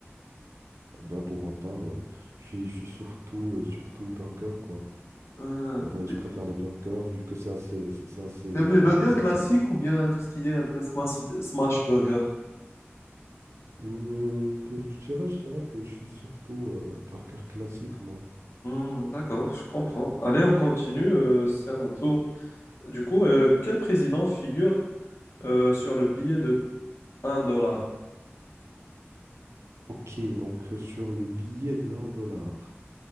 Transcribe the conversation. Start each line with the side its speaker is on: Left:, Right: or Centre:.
Right: Ben, pour ma part, euh, je suis, je suis surtout, euh, surtout burger, quoi.
Left: Euh,
Right: Euh, ben,
Left: t'a-
Right: je préfère les burgers vu que c'est assez, c'est c'est assez
Left: t'aimes les
Right: énorme,
Left: burgers
Right: c'est
Left: classiques
Right: assez con.
Left: ou bien tout ce qui est un peu smash, smash burger?
Right: Euh, ben, je dirais, je dirais que je suis surtout euh, burger classique, moi.
Left: Hmm, d'accord, je comprends. Allez, on continue, euh, c'est à mon tour. Du coup, euh, quel président figure euh, sur le billet de un dollar?
Right: Ok, donc euh, sur le billet de un dollar.